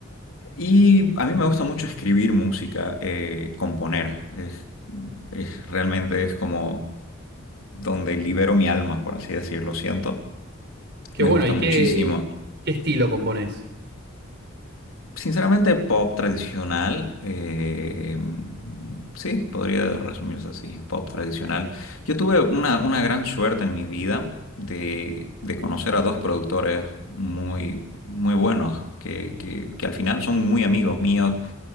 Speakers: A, on the left; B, on the right.
A: Y a mí me gusta mucho escribir música, eh, componer. Es, es- realmente es como donde libero mi alma, por así decirlo, siento.
B: qué
A: Me
B: bueno.
A: gusta
B: ¿Y
A: muchísimo.
B: qué, qué estilo componés?
A: Sinceramente, pop tradicional, eh, sí, podría resumirse así, pop tradicional. Yo tuve una, una gran suerte en mi vida de, de conocer a dos productores muy, muy buenos, que, que que al final son muy amigos míos